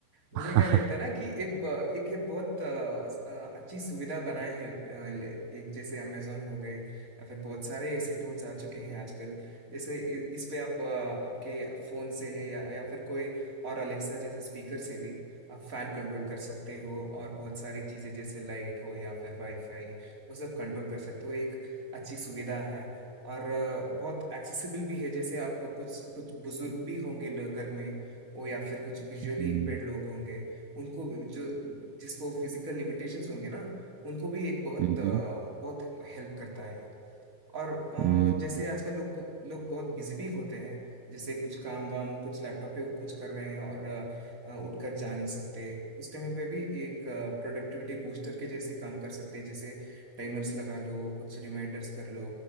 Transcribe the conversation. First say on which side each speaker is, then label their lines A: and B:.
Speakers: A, on the right (about 20°); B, on the right (about 80°).
A: मुझे
B: <laughs>
A: क्या लगता है ना कि एक ब, एक ये बहुत अ, स- अ, अच्छी सुविधा बनाए है अ, ले- एक जैसे अमेजोन हो गए या फिर बहुत सारे ऐसे टूल्स आ चुके हैं आजकल जैसे इ- इस पे आप अ, आपके फोन से या, या फिर कोई और अलेक्सा जैसे स्पीकर से भी आप फैन कंट्रोल कर सकते हो और बहुत सारी चीजें जैसे लाइट हो या फिर वाईफाई वो सब कंट्रोल कर सकते हो एक अच्छी सुविधा है और अ, बहुत एक्सेसिबल भी है जैसे आप कुछ कुछ बुजुर्ग भी होंगे ल- घर में वो या फिर कुछ विजुअली
B: हम्म
A: इम्पेयर्ड लोग होंगे उनको भी- जो जिसको फिजिकल लिमिटेशंस होंगे ना उनको भी एक बहुत
B: हम्म
A: अ, बहुत हेल्प करता है और अ,
B: हम्म,
A: जैसे आजकल लोग लोग बहुत बिजी भी होते हैं जैसे कुछ काम वाम कुछ लैपटॉप पे कुछ कर रहे हैं और अ, अ, उठकर जा नहीं सकते उस टाइम पे भी एक प्रोडक्टिविटी बूस्टर के जैसे काम कर सकते हैं जैसे टाइमर्स लगा लो कुछ रिमाइंडर्स कर लो